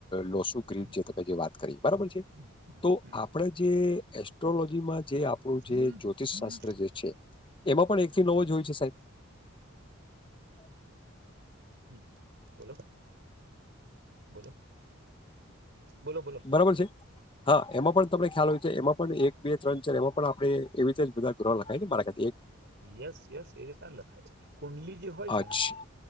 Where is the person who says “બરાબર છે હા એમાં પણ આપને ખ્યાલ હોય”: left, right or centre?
Left